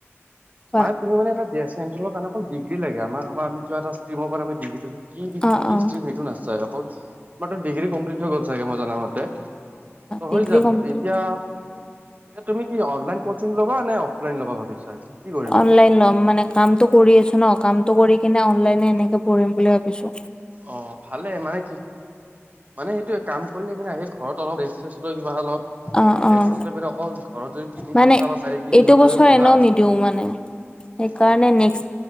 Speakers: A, on the left (about 20°); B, on the right (about 35°).
A: কোৱা
B: মানে তুমি মানে এটা দিয়া চেণ্ট্ৰেলৰ কাৰনে অকল ডিগ্ৰী লাগে আমাক অকল কিবা ষ্ট্ৰিমৰ পৰা আমাৰ ডিগ্ৰীটো, কি
A: অ
B: কি
A: অ
B: ষ্টিম সেইটো নাচাই অকল তোমাৰটো ডিগ্ৰী কমপ্লিট হৈ গ'ল চাগে মই জনা মতে। অ
A: ডিগ্ৰী
B: হৈ যাব
A: কমপ্লিট
B: এতিয়া, এতিয়া তুমি কি অনলাইন কচিং লবা নে অফলাইন লবা ভাবিছা কি কৰি,
A: অনলাইন ল'ম মানে, কামটো কৰি আছো ন কামটো কৰি কিনে অনলাইনে এনেকে পঢ়িম বুলি ভাবি, চো
B: অ ভালে মানে কি। মানে সেইটোৱে কাম কৰি পিনে আহি ঘৰত অলপ ৰেষ্ট সেষ্ট লৈ কিবা অলপ
A: অ অ
B: ৰেষ্ট চেষ্ট লৈ পিনে অলপ, অকল ঘৰত যদি তিনি
A: মানে
B: ঘন্টা বা চাৰি তিনি
A: এইটো
B: ঘন্টা
A: বছৰ
B: যদি পঢ়া
A: এনেও নিদিও মানে সেইকাৰণে
B: অ,
A: নেক্সট,